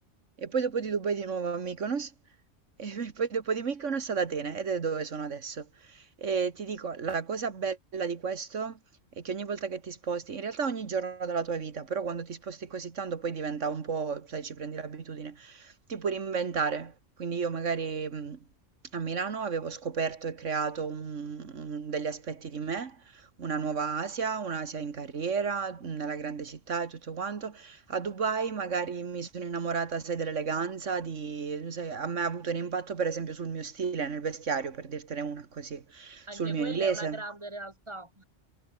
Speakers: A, on the right; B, on the right.
A: e poi dopo di Dubai di nuovo a Mykonos, e <laughs> poi dopo di Mykonos ad Atene, ed è dove sono adesso. E ti dico, la cosa bella di questo è che ogni volta che ti sposti, in realtà ogni giorno della tua vita, però quando ti sposti così tanto poi diventa un po', sai, ci prendi l'abitudine ti puoi reinventare. Quindi io magari mh, a Milano avevo scoperto e creato un- un- degli aspetti di me, una nuova Asia, un'Asia in carriera, nella grande città e tutto quanto. A Dubai magari mi sono innamorata, sai, dell'eleganza, di... sai, a me ha avuto un impatto per esempio sul mio stile, nel vestiario, per dirtene una così,
B: anche
A: sul mio
B: quella
A: inglese.
B: è una grande realtà.